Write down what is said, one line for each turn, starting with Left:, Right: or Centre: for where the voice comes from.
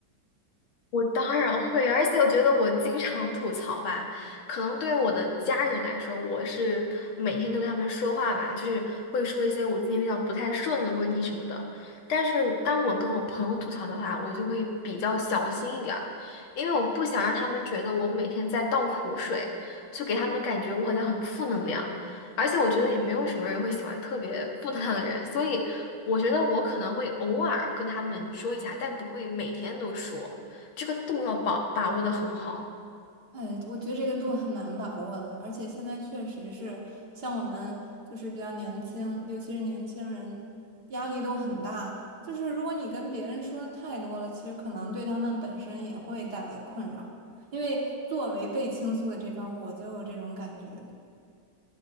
Left: 我当然会，而且我觉得我经常吐槽吧，可能对我的家人来说，我是每天都跟他们说话吧，就是会说一些我最近遇到不太顺的问题什么的。但是当我跟我朋友吐槽的话，我就会比较小心一点儿，因为我不想让他们觉得我每天在倒苦水，就给他们感觉我好像很负能量。而且我觉得也没有什么人会喜欢特别负能量的人，所以我觉得我可能会偶尔跟他们说一下，但不会每天都说。这个度要把把握的很好。
Right: 哎，我觉得这个度很难把握的，而且现在确实是像我们就是比较年轻，尤其是年轻人，压力都很大。就是如果你跟别人说的太多了，其实可能对他们本身也会带来困扰。因为作为被倾诉的这方，我就有这种感觉。